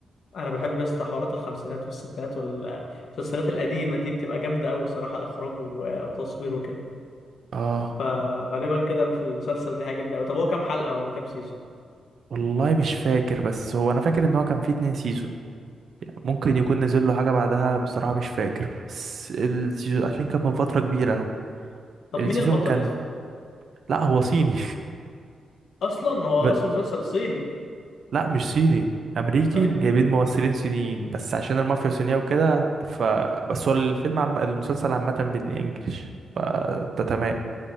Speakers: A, on the left; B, on the right.
A: انا بحب يا اسطى حوارات الخمسينات والستينات والمسلسلات القديمة دي بتبقى جامدة قوي صراحة اخراج و- وتصوير وكده
B: اه
A: فغالبا كده في المسلسل ده هاجمني قوي طب هو كام حلقة ولا كام سيزون
B: والله مش فاكر بس هو انا فاكر ان هو كان فيه اتنين سيزون ممكن يكون نزل له حاجه بعدها بصراحه مش فاكر بس السيزون عشان كان من فتره كبيره اهو
A: طب
B: السيزون
A: مين البطل
B: كان
A: يا اسطى
B: لا هو صيني
A: اصلا هو
B: <laughs> ب...
A: اصلا مسلسل صيني
B: لا مش صيني امريكي
A: أهل-
B: جايبين ممثلين صينيين بس عشان المافيا صينيه وكده ف بس هو الفيلم عم... المسلسل عامه بالانجلش فده تمام